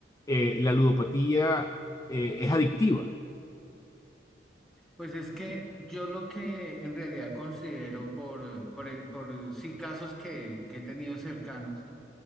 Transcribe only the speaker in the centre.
Pues es que yo lo que en realidad considero por, eh, por, el- por, eh, sí casos que, que he tenido cercanos,